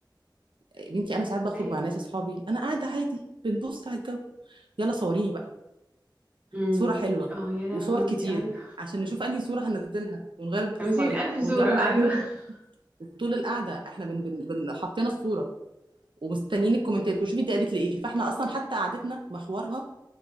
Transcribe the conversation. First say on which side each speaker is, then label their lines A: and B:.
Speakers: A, on the right (about 80°); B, on the right (about 15°).
A: يا بنتي انا ساعات بخرج
B: ايوه
A: مع ناس اصحابي انا قاعده عادي بنبص على الجو يلا صوريني بقى
B: امم
A: صورة حلوة
B: اه يا لهوي
A: وصور كتير
B: ايوه
A: عشان نشوف انهي صورة هننزلها ونغير البروفايل
B: 50 الف
A: واحنا
B: صورة ايوه
A: قاعدين
B: <laughs>
A: طول القعدة احنا بن بن بن حطينا الصورة ومستنيين الكومنتات وشوفي دي قالت لي ايه فاحنا اصلا حتى قعدتنا محورها